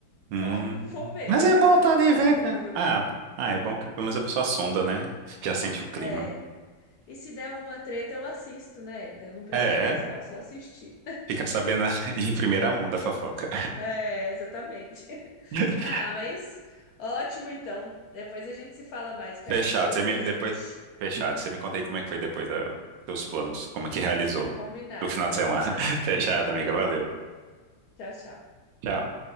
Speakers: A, on the right; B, on the left.
A: Hum,
B: Então, <laughs> vou ver,
A: mas
B: vai
A: é
B: ser
A: bom
B: a primeira
A: estar tá ali
B: festa
A: e ver.
B: aqui
A: pra-
B: no condomínio.
A: Ah, pô. ah, é bom que pelo menos a pessoa sonda, né? Já sente o clima.
B: É, E se der alguma treta, eu assisto, né? Eu não preciso
A: É,
B: participar,
A: é.
B: eu só assistir.
A: Fica sabendo <laughs> em primeira mão da fofoca.
B: É, exatamente. <laughs>
A: <laughs>
B: Ah, mas ótimo então. Depois a gente se fala mais. Quero
A: Fechado.
B: saber o
A: Você
B: presente.
A: me depois fechado. Você me conta aí como é que foi depois da seus planos, como é que realizou
B: Combinado,
A: do final
B: então.
A: de semana.
B: <laughs>
A: <laughs> Fechado, amiga. Valeu.
B: Tchau, tchau.
A: Tchau.